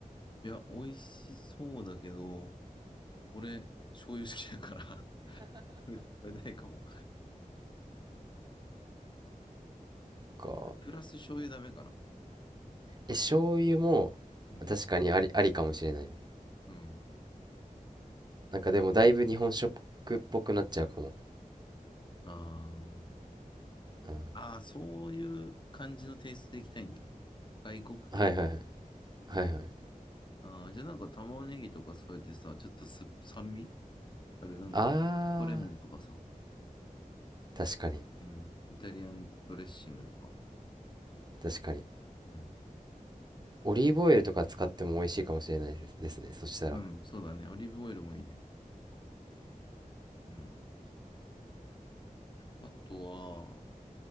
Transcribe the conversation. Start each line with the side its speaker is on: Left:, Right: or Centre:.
Left: いや、美味しそうだけど、俺、醤油好きだから <laughs> 食べないかも。
Right: か。
Left: プラス醤油ダメかな。
Right: え、醤油も
Left: うん。
Right: 確かにあり、ありかもしれないです。
Left: うん。
Right: なんかでもだいぶ日本食っぽくなっちゃうかも。
Left: あー
Right: うん、
Left: あー、そういう感じのテイストでいきたいんだ。外国系
Right: はいはいはい。はいはい。
Left: ああー、じゃあなんか玉ねぎとか添えてさ、ちょっとす酸味ある、なんだろう。
Right: あ
Left: レモンとかさ。
Right: ー、確かに。
Left: うん。イタリアンドレッシングとか。
Right: 確かに。
Left: うん。
Right: オリーブオイルとか使っても美味しいかもしれないですですね。そしたら。
Left: うん、そうだね。オリーブオイルもいいね。うん。あとは、